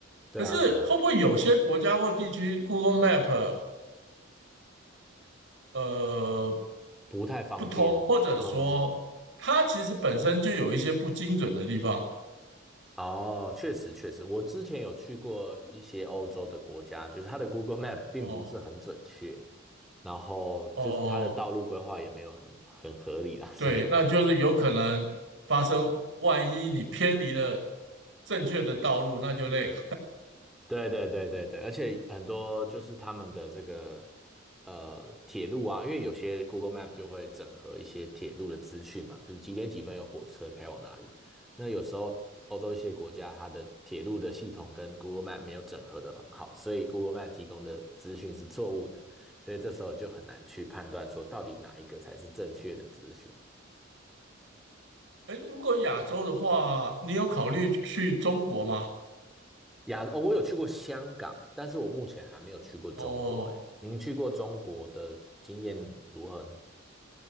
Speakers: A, in the centre; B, on the right (about 65°).
A: 对啊，
B: 可是会不会有些国家或地区
A: 对啊。
B: Google Map 呃
A: 不太方便嘛。
B: 不通，或者说它其实本身就有一些不精准的地方？
A: 嗯，哦，确实确实，我之前有去过一些欧洲的国家，就是它的 Google Map 并不是很准确，
B: 哦
A: 然后就是它的道路规划也没有很很合理啦，
B: 哦，
A: <laughs>
B: 对，
A: 所以
B: 那就是有可能发生，万一你偏离了正确的道路，那就累了。
A: 对对对对对，而且很多就是他们的这个呃铁路啊，因为有些 Google Map 就会整合一些铁路的资讯嘛，就是几点几分有火车开往哪里。那有时候欧洲一些国家它的铁路的系统跟 Google Map 没有整合的很好，所以 Google Map 提供的资讯是错误的，所以这时候就很难去判断说到底哪一个才是正确的资讯。
B: 哎，如果亚洲的话，你有考虑去中国吗？
A: 亚，哦，我有去过香港，但是我目前还没有去过中国。
B: 哦，
A: 哎，您去过中国的经验如何呢？